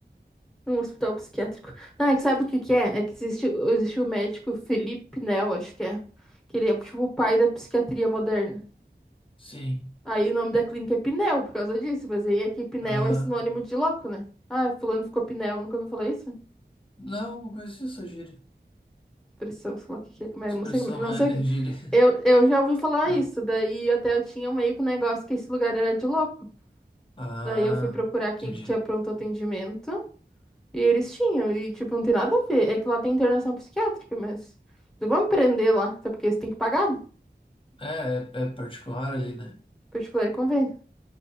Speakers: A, in the centre; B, on the left.
A: Um hospital psiquiátrico. Não, é que sabe o que que é? É que existe, existe o médico Felipe Pinel, acho que é. Que ele é tipo o pai da psiquiatria moderna.
B: Sim.
A: Aí o nome da clínica é Pinel, por causa disso. Mas aí é que Pinel
B: Ah.
A: é sinônimo de louco, né? Ah, fulano ficou Pinel. Nunca ouviu falar isso?
B: Não, não conhecia essa gíria.
A: pressão, sei lá o que que é, como é,
B: Expressão
A: não sei, como- não
B: é,
A: sei o que.
B: é gíria. <laughs>
A: Eu, eu já ouvi falar
B: Não.
A: isso, daí até eu tinha meio que um negócio que esse lugar era de louco.
B: Ah,
A: Daí eu fui procurar quem
B: entendi.
A: que tinha pronto atendimento e eles tinham, e tipo, não tem nada a ver. É que lá tem internação psiquiátrica, mas não vão me prender lá, até porque eles têm que pagar, né?
B: É, é, é particular ali, né?
A: Particular e convênio.